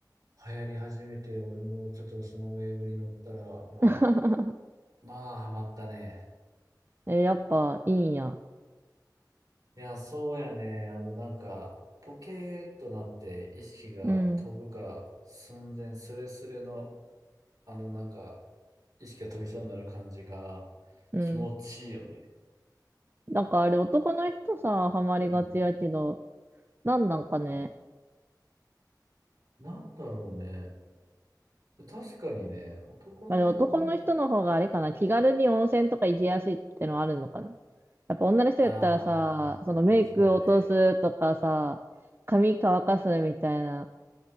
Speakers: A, on the right (about 60°); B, on the right (about 30°).
A: 流行り始めて、俺もちょっとそのウェーブに乗ったら、まあ、
B: <laughs>
A: まあ、ハマったね。
B: え、やっぱいいんや。
A: いや、そうやね。あの、なんか、ポケーっとなって意識が飛ぶか寸前、
B: うん、
A: スレスレの、あの、なんか、意識が飛びそうになる感じが
B: うん。
A: 気持ちいいよね。
B: なんかあれ男の人さ、ハマりがちやけど、
A: うん。
B: なんなんかね。
A: なんだろうね。確かにね、男の人の、
B: あれ男の人の方があれかな。気軽に温泉とか行きやすいってのはあるのかな。やっぱ女の人やったらさ、
A: ああ、
B: そのメイク落とすとかさ、
A: そうやね。
B: 髪乾かすみたいな